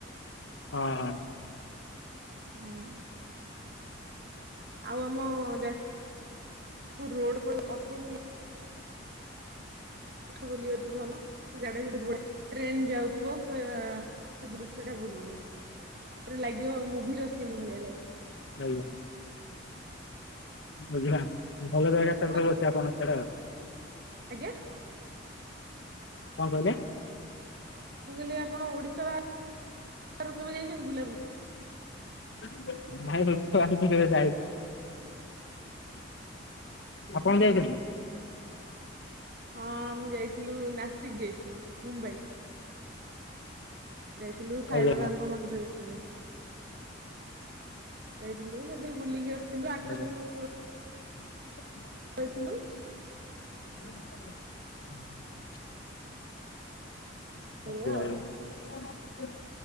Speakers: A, on the left; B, on the right.
A: ହଁ।
B: ହୁଁ। ଆଉ ଆମ ଯାଜପୁର ରୋଡ ପଟେ କଟୁନି <inaudible> ବୁଲିବାକୁ ଭଲ ସେ ଜାଗାଟା ବି ବହୁତ ବଢିଆ ଟ୍ରେନ ଯାଉଥିବ ସେ ସେ ଦୃଶ୍ୟଟା ବହୁତ ବଢିଆ ପୁରା ଲାଗିବ ମୁଭିର ସିନ୍ ଭଳିଆ ଲାଗିବ।
A: ହାଲୋ। ଆଜ୍ଞା ଭଲ ଯାଗା
B: ଆପଣ
A: ତ ସବୁ ଅଛି ଆପଣଙ୍କ ସିଆଡେ ଆଉ
B: ଆଜ୍ଞା।
A: କଣ କହିଲେ?
B: ମୁଁ କହିଲି ଆପଣ ଓଡିଶା ବାହାରକୁ କେବେ ଯାଇଛନ୍ତି ବୁଲାବୁଲି
A: ନାଇ ଓଡ଼ିଶା ବାହାରକୁ କେବେ ଯାଇନି। ଆପଣ ଯାଇଛନ୍ତି?
B: ହଁ, ଆମେ ଯାଇଥିଲୁ ନାସିକ ଯାଇଥିଲୁ ମୁମ୍ବାଇ। ଯାଇଥିଲୁ ସାଇ
A: ଆଜ୍ଞା
B: ବାବାଙ୍କ
A: ଆଜ୍ଞା
B: ମନ୍ଦିର ଯାଇଥିଲୁ। ଯାଇଥିଲୁ ସେଠି ବୁଲିକି ଆସିଥିଲୁ। ଆଠ
A: ଆଜ୍ଞା
B: ଦିନ
A: ଆଜ୍ଞା। <inaudible>
B: ଯାଇଥିଲୁ
A: <inaudible>
B: ଏଇଆ
A: ଯାହା
B: ଆଉ।
A: ହେଉ।